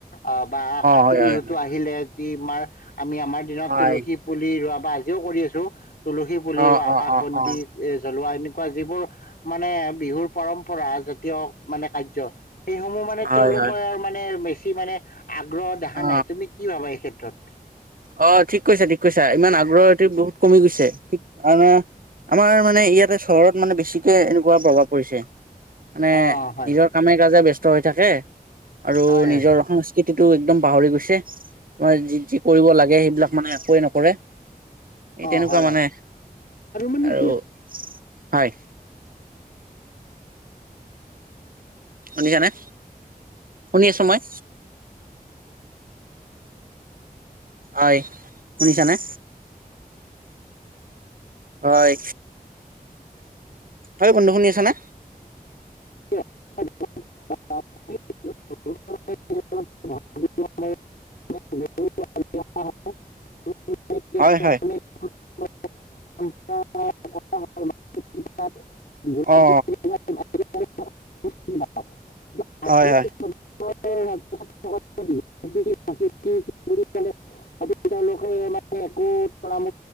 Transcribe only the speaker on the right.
হয়
হয় হয়
হয়
অ
অ অ
অ
হয়
হয়
অ
অ ঠিক কৈছ ঠিক কৈছা। ইমান আগ্ৰহ এটো বহুত। কমি গৈছে, ঠিক আমাৰ মানে ইয়াতে। চহৰত মানে বেছিকে এনেকুৱা প্ৰভাৱ পৰিছে। মানে
নিজৰ কামে কাজে বস্ত হৈ থাকে। আৰু
নিজৰ সংস্কৃতি। টো একদম পাহৰি গৈছে। মই যি যি। কৰিব লাগে সেইবিলাক মানে একোৱেই নকৰে। এই
তেনেকুৱা
মানে
আৰু।
হয়। শুনিছা নে? শুনি আছো মই। হয়, শুনিছানে? হয়। হয় বন্ধু শুনি আছ নে?
হয় হয়
অ
হয় হয়